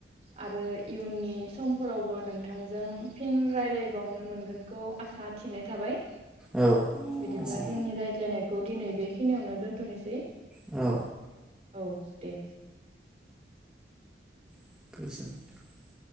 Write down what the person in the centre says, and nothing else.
औ
गोजोन
औ
<inaudible> <unintelligible>